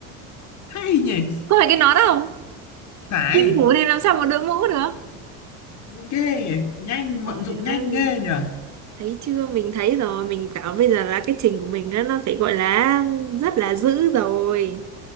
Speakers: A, on the left; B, on the right.
A: hay nhỉ
B: có phải cái nón không
A: phải
B: nhưng mũ thì làm sao mà đội mũ được
A: ghê nhỉ nhanh
B: trời
A: vận dụng nhanh
B: ơi
A: ghê nhỉ
B: thấy chưa mình thấy rồi mình cảm bây giờ là cái trình của mình á, nó phải gọi là rất là dữ rồi